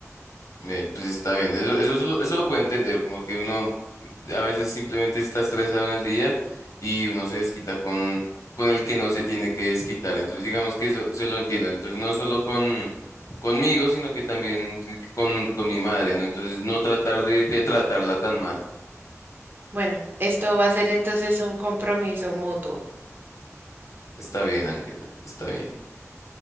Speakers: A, on the left; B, on the right.
A: Eh, pues está bien, eso, eso, eso lo eso lo puedo entender, como que uno a veces simplemente está estresado en el día y uno se desquita con, con el que no se tiene que desquitar, entonces digamos que eso se lo entiendo, entonces no solo con conmigo, sino que también con, con mi madre, ¿no? Entonces no tratar de, de tratarla tan mal.
B: Bueno, esto va a ser entonces un compromiso mutuo.
A: Está bien, Ángela, está bien.